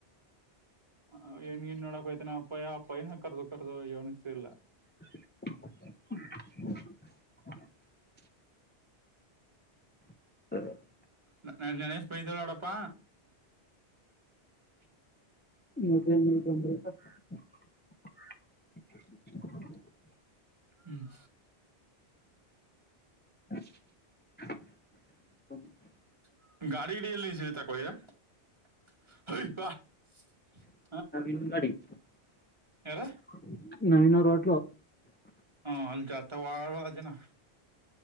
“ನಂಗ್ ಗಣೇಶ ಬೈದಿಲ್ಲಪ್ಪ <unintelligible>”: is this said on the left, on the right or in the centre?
Right